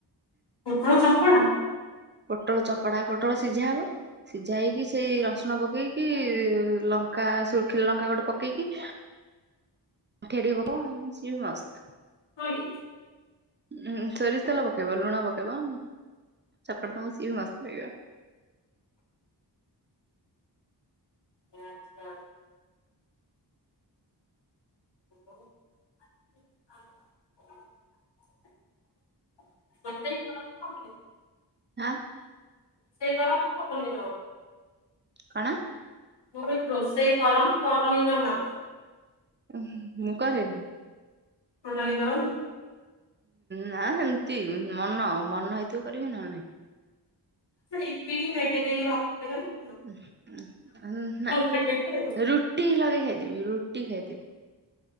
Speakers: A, on the left; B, on the right.
A: ପୋଟଳ ଚୋକଡା?
B: ପୋଟଳ ଚୋକଡା, ପୋଟଳ ସିଝା ହବ। ସିଝା ହେଇକି ସେଇ ରସୁଣ ପକେଇକି ଲଙ୍କା ଶୁଖିଲା ଲଙ୍କା ଗୋଟେ ପକେଇକି ସିଏ ଟିକେ ପକ ସିଏ ବି ମସ୍ତ।
A: ହଁ କି?
B: ଉଁହୁଁ, ସୋରିଷ ତେଲ ପକେଇବ, ଲୁଣ ପକେଇବ, ଚୋକଟି ଦବ। ସିଏ ବି ମସ୍ତ ଲାଗିବ।
A: ଆଚ୍ଛା। <inaudible> ରୋଷେଇ <unintelligible> କରୁନି।
B: ହା
A: ସେଇ ଗୋଡା ନା <unintelligible>
B: କଣ?
A: ମୁଁ କହିଲି ରୋଷେଇ କରନା, କରନି ଜମା?
B: ଉଁ, ହୁଁ ମୁଁ କରେନି।
A: ଟୋଟାଲି କରନି?
B: ନା ସେମତି ମନ ମନ ହେଇଥିବ କରିବି, ନହେଲେ ନାହଁ।
A: ତ ଏତିକି <unintelligible> ଦେଇକି ଭାତ ଗାଳୁ।
B: ଉଁ, ହୁଁ, ଆଁ, ଆଉଁ, ନା
A: ଖାଇବ
B: ରୁଟି ଲଗେଇ ଖାଇଦେବି। ରୁଟି ଖାଇଦେବି।